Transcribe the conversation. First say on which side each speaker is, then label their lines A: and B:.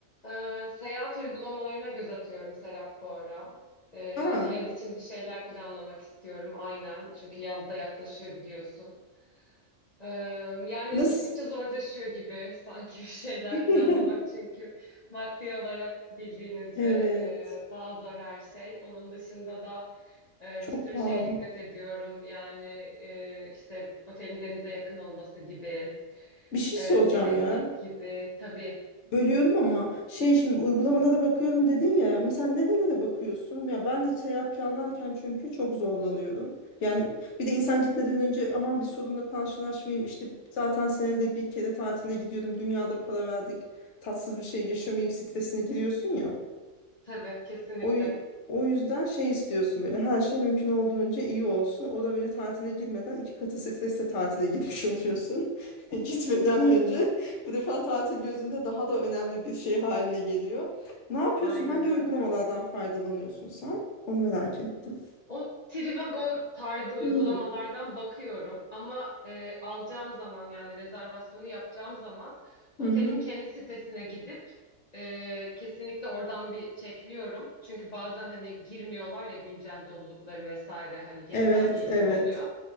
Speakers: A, on the left; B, on the left.
A: Ee, seyahat uygulamalarına göz atıyorum Serap bu ara. Ee,
B: Aa,
A: yaz için bir şeyler planlamak istiyorum aynen. Çünkü yaz da yaklaşıyor biliyorsun. Ee, yani
B: nasıl?
A: gittikçe zorlaşıyor gibi <laughs> sanki bir şeyler
B: <laughs>
A: planlamak. Çünkü maddi olarak bildiğiniz üzere
B: Evet.
A: e, daha zor her şey. Onun dışında da e,
B: Çok
A: bir sürü
B: pahalı.
A: şeye dikkat ediyorum. Yani e, işte otelin denize yakın olması gibi,
B: Bir şey
A: e,
B: soracağım
A: temizlik
B: ya.
A: gibi. Tabii,
B: Bölüyorum ama şey şimdi uygulamalara bakıyorum dedin ya. Mesela nerelere bakıyorsun? Ya ben de seyahat planlarken çünkü çok zorlanıyorum. Yani bir de insan gitmeden önce aman bir sorunla karşılaşmayayım. İşte zaten senede bir kere tatile gidiyorum. Dünyada para verdik. Tatsız bir şey yaşamayayım stresine giriyorsun ya.
A: tabii kesinlikle.
B: O, yü- o yüzden şey istiyorsun böyle her şey mümkün olduğunca iyi olsun. O da böyle tatile girmeden iki katı stresle tatile girmiş <laughs> oluyorsun. <laughs> Gitmeden önce bu defa tatil gözünde daha da önemli bir şey haline geliyor. Ne yapıyorsun?
A: Aynen
B: Hangi
A: öyle.
B: uygulamalardan faydalanıyorsun sen? Onu merak ettim.
A: O Trivago tarzı uygulamalardan
B: Hmm.
A: bakıyorum ama e, alacağım zaman yani rezervasyonu yapacağım zaman otelin
B: Hı hı.
A: kendi sitesine gidip e, kesinlikle oradan bir çekliyorum. Çünkü bazen hani girmiyorlar ya güncel dolulukları vesaire hani geriden
B: Evet,
A: geliyor
B: evet.
A: oluyor.